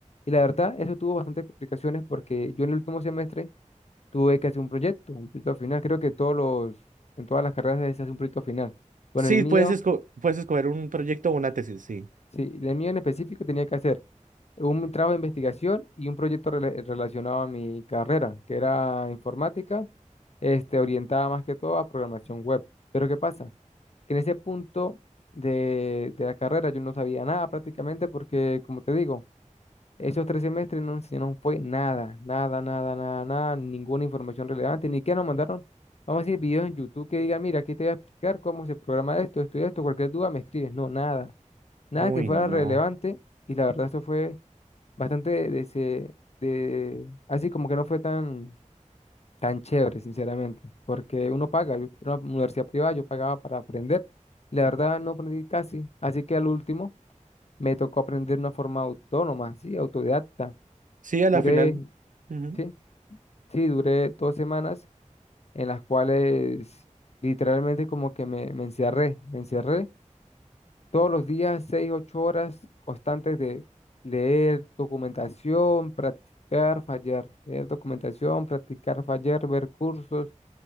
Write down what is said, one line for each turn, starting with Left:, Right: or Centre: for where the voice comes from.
Left: Y la verdad, eso tuvo bastantes complicaciones porque yo en el último semestre tuve que hacer un proyecto, un proyecto final. Creo que todos los, en todas las carreras se hace un proyecto final. Con
Right: sí,
Left: el mío.
Right: puedes, esco- puedes escoger un proyecto o una tesis, sí.
Left: Sí, el mío en específico tenía que hacer un trabajo de investigación y un proyecto rela- relacionado a mi carrera, que era informática, este, orientada más que todo a programación web. Pero ¿qué pasa? Que en ese punto de, de la carrera yo no sabía nada prácticamente porque, como te digo, esos tres semestres no enseñaron fue nada, nada, nada, nada, nada, ninguna información relevante, ni que nos mandaron, vamos a decir, videos en YouTube que digan, mira, aquí te voy a explicar cómo se programa esto, esto y esto, cualquier duda me escribes, no, nada. Nada
Right: Uy,
Left: que fuera
Right: no.
Left: relevante y la verdad esto fue bastante de, ese- de- así como que no fue tan, tan chévere, sinceramente, porque uno paga, yo era una universidad privada, yo pagaba para aprender, y la verdad no aprendí casi, así que al último me tocó aprender de una forma autónoma, sí, autodidacta.
Right: Sí, a la
Left: Duré,
Right: final. ujú.
Left: sí, sí, duré dos semanas en las cuales literalmente como que me, me encerré, me encerré Todos los días, seis, ocho horas constantes de leer documentación, practicar, fallar, leer documentación, practicar, fallar, ver cursos.